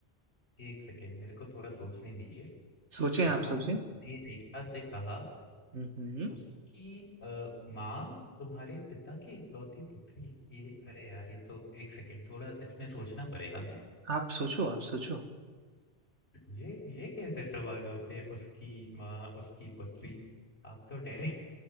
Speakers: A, on the left; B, on the right.
A: एक सेकेंड मेरे को थोड़ा सोचने दीजिए
B: सोचें
A: श्याम
B: आप सोचें
A: ने रेखा से कहा
B: हम्म हम्म,
A: उसकी आ, माँ तुम्हारे पिता की इकलौती पुत्री ये अरे यार ये तो एक सेकेंड थोड़ा इसमें सोचना पड़ेगा मैं
B: आप सोचो आप सोचो
A: ये ये कैसे सवाल होते हैं उसकी माँ उसकी पुत्री आप तो डरे